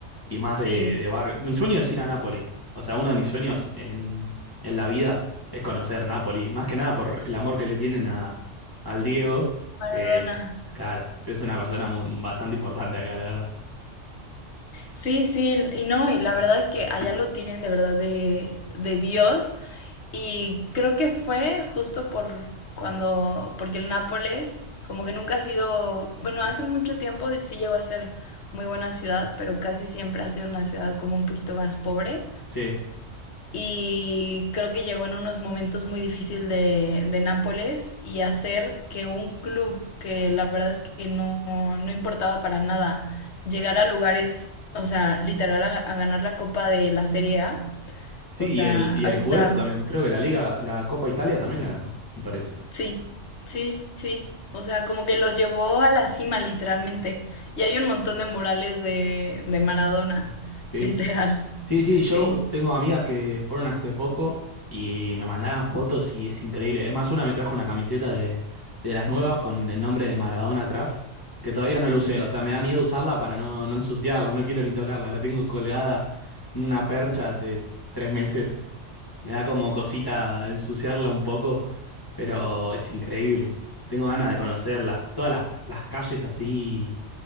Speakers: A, on the left; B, on the left.
A: y más
B: Sí,
A: de, de barrio. Mi sueño es ir a Napoli. O sea, uno de mis sueños en, en la vida es conocer Napoli. Más que nada por el amor que le tienen a, al Diego,
B: Maradona.
A: que es, claro, que es una persona muy- bastante importante acá, la verdad.
B: Sí, sí, y no, y la verdad es que allá lo tienen de verdad de, de Dios. Y creo que fue justo por cuando, porque el Nápoles como que nunca ha sido, bueno, hace mucho tiempo sí llegó a ser muy buena ciudad, pero casi siempre ha sido una ciudad como un poquito más pobre
A: Sí,
B: y creo que llegó en unos momentos muy difíciles de, de Nápoles y hacer que un club que la verdad es que no, no importaba para nada llegar a lugares, o sea, literal a, a ganar la Copa de la Serie A,
A: sí,
B: o sea,
A: y el, y
B: ahorita
A: el Scudetto también. Creo que la Liga, la Copa Italia también la ganó, me parece.
B: sí, sí, sí, sí. o sea, como que los llevó a la cima literalmente. Y hay un montón de murales de, de Maradona,
A: Sí.
B: literal,
A: Sí, sí,
B: sí.
A: yo tengo amigas que fueron hace poco y me mandaron fotos y es increíble. Es más, una me trajo una camiseta de, de las nuevas con el nombre de Maradona atrás, que todavía no
B: Ujú.
A: lo usé. O sea, me da miedo usarla para no, no ensuciarla, no quiero ni tocarla. La tengo colgada en una percha hace tres meses. Me da como cosita ensuciarla un poco, pero es increíble. Tengo ganas de conocerlas, todas las, las calles así